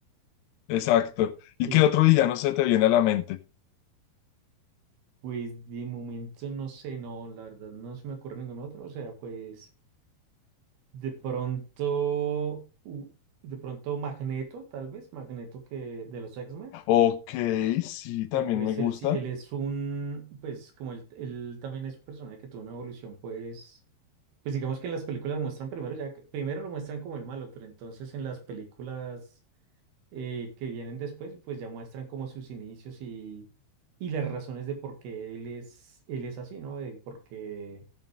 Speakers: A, on the left; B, on the right.
A: Exacto. ¿Y
B: Y
A: qué otro villano se te viene a la mente?
B: pues de momento no sé, no, la verdad no se me ocurre ningún otro, o sea, pues... De pronto, u- de pronto Magneto, tal vez, Magneto que de los X-Men,
A: Ok, sí, también
B: eh, pues
A: me gusta.
B: él, sí- él es un, pues como él, él también es un personaje que tuvo una evolución, pues, pues digamos que en las películas muestran primero, ya, que- primero lo muestran como el malo, pero entonces en las películas eh, que vienen después, pues ya muestran como sus inicios y, y las razones de por qué él es, él es así, ¿no? De por qué,